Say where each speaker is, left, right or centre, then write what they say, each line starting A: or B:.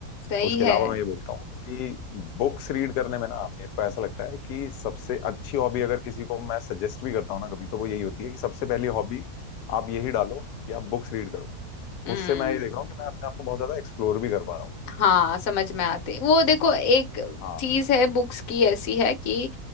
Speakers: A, on the left; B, on the left.
A: सही
B: उसके
A: है
B: अलावा मैं ये बोलता हूँ कि बुक्स रीड करने में ना मेरे को ऐसा लगता है कि सबसे अच्छी हॉबी अगर किसी को मैं सजेस्ट भी करता हूँ ना कभी तो वो यही होती है कि सबसे पहली हॉबी आप यही डालो कि आप बुक्स रीड करो
A: हम्म
B: उससे मैं ये देख रहा हूँ कि मैं अपने आप को बहुत ज्यादा एक्सप्लोर भी कर पा रहा हूँ
A: हाँ समझ में आते हैं। वो देखो एक
B: हाँ
A: चीज है बुक्स की ऐसी है कि